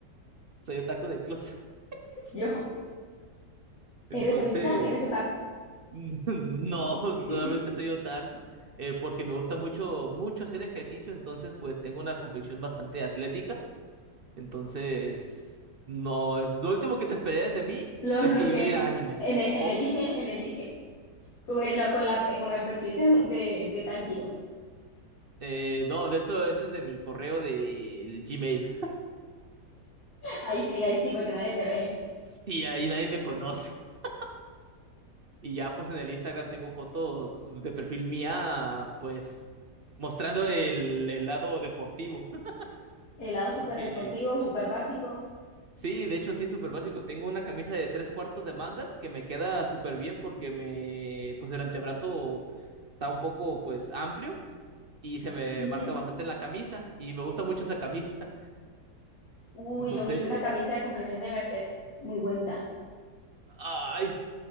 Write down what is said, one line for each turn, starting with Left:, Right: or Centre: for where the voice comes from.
Right: soy otaku de closet. <laughs>
Left: yo.
Right: Entonces,
Left: Eres Oni-chan, eres otaku.
Right: <laughs> no,
Left: <laughs>
Right: realmente soy otaku, eh, porque me gusta mucho, mucho hacer ejercicio, entonces, pues, tengo una complexión bastante atlética. Entonces, no, es lo último que te esperarías de mí
Left: Los,
Right: es
Left: los
Right: que
Left: que
Right: yo viera animes.
Left: en, el- en
Right: Oh,
Left: elige, en elige, con el, con la, eh, con el perfil de, de, de Tanjiro.
Right: eh, no, de esto, esto es de mi correo de Gmail.
Left: Ahí sí, ahí sí, porque nadie te ve.
Right: Y ahí nadie me conoce. <laughs> Y ya pues en el Instagram tengo fotos de perfil mía, pues mostrando el, el lado deportivo. <laughs>
Left: El lado súper
Right: Porque
Left: deportivo, súper básico.
Right: sí, de hecho sí es súper básico. Tengo una camisa de tres cuartos de manga que me queda súper bien porque me, pues el antebrazo está un poco pues amplio y se me
Left: Ujú.
Right: marca bastante en la camisa y me gusta mucho esa camisa.
Left: Uy,
Right: <laughs> Entonces,
Left: yo vi una camisa de compresión de Berserk, muy bonita.
Right: ay,